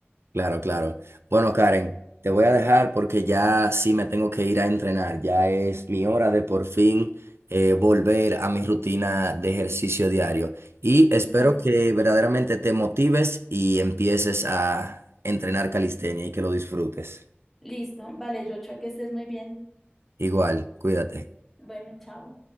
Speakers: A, on the right (about 80°); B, in the centre.
A: Claro, claro. Bueno, Karen, te voy a dejar porque ya sí me tengo que ir a entrenar. Ya es mi hora de por fin eh, volver a mi rutina de ejercicio diario. Y espero
B: Vale,
A: que verdaderamente te motives y empieces a entrenar calistenia y que lo disfrutes.
B: listo. Vale, Joshua, que estés muy bien.
A: Igual, cuídate.
B: Bueno, chao.